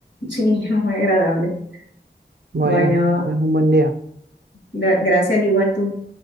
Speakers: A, on the left (about 80°); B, on the right (about 65°).
A: Sí, <laughs> muy agradable.
B: Bueno,
A: Bueno,
B: es un buen día.
A: gra- gracias igual tú.